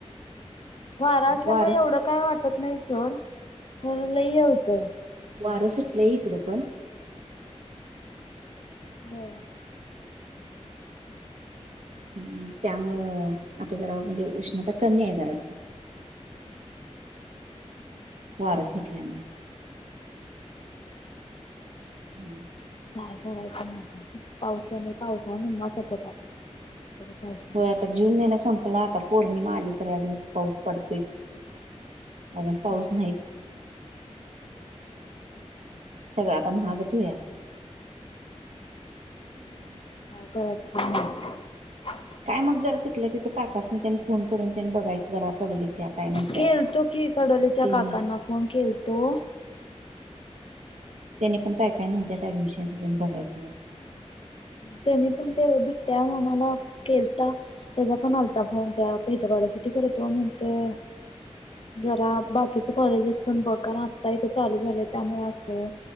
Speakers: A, on the left (about 50°); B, on the right (about 85°).
A: वारा असल्यामुळे
B: वार
A: एवढं काय वाटत नाही सोड ल होतं
B: वारं सुटलंय इकड पण
A: हो
B: ह त्यामुळं आता जरा म्हणजे उष्णता कमी आहे जराशी
A: ह
B: वारं सुटल्यामुळे हम्म
A: काय करायचं ना आता पावसा नाही पावसा निम्मा सोबत आला तरी पाऊस नाही
B: हो आता जून महिना संपला आता, पौर्णिमा आली तरी अजून पाऊस पडतोच. आजून पाऊस
A: होय
B: नाहीच. सगळं आता महागच होयाचं. <inaudible>
A: <unintelligible>
B: काय मग जरा तितल्या तिथं काकास्नी तेन फोन करून तेन बघायचं जरा कडोलीच्या. काय म्हणत्यात
A: केलतो कि, कडोलीच्या
B: त्यानी
A: काकांना फोन केलतो.
B: त्यानी पण काय काय म्हणत्यात ऍडमिशनचं तेन बघायचं.
A: त्यानी पण ते बिट्ट्या मामाला केलता. त्याजा पण आलता फोन त्या हेच्या गार्यासाठी कर तो म्हणतोय जरा बाकीचं कॉलेजेस पण बघ. कार आत्ता इथं चालू झालंय त्यामु असं.